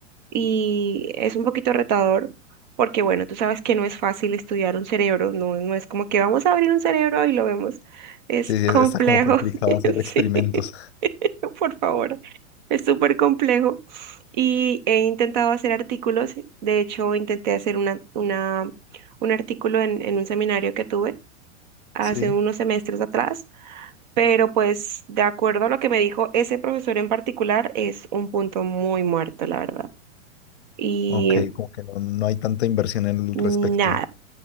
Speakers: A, on the right; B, on the left.
A: y es un poquito retador porque, bueno, tú sabes que no es fácil estudiar un cerebro, no, no es como que vamos a abrir un cerebro y lo vemos, es
B: Sí, sí,
A: complejo,
B: está como complicado
A: <laughs>
B: hacer experimentos.
A: sí, <laughs> por favor, es súper complejo y he intentado hacer artículos, de hecho intenté hacer una, una, un artículo en, en un seminario que tuve hace
B: Sí,
A: unos semestres atrás. Pero pues de acuerdo a lo que me dijo ese profesor en particular, es un punto muy muerto, la verdad. y
B: ok, como que no, no hay tanta inversión en el
A: Nada.
B: respecto.